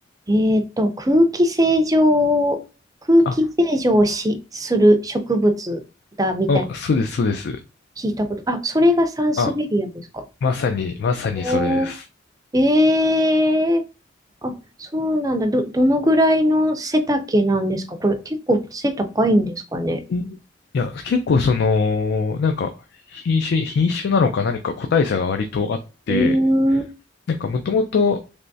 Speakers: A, on the right (about 20°); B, on the left (about 60°).
A: えっと、空気清浄、空気清浄をし、
B: あ、
A: する植物だみたいな、
B: あ、そうです、そうです。
A: 聞いたこと。あ、それがサンスベリアですか
B: あ、まさに、まさにそれです。
A: おー、ええあ、そうなんだ。ど、どのぐらいの背丈なんですかこれ結構背高いんですかね
B: えいや、結構その、なんか、品種、品種なのか何か個体差が割とあって、
A: うーん、
B: なんかもともと、